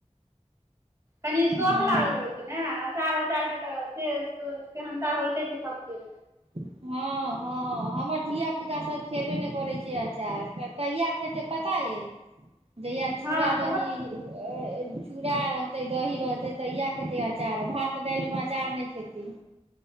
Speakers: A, on the right; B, on the right.
A: कनी शौख
B: हूँ
A: लागल रहै छै ने प्रचार उचार के तऽ से सेहन्ता होइते छै सबके
B: हँ हँ हम धिय पुता सब खेबे नहि करै छै क अचार कहियआ खेतै पता अइ जहिया चूड़ा
A: हँ
B: दही
A: कहत
B: चूड़ रहते दही रहते तऽ इह खेतीै अचार भात दालिमे अचार नहि खेती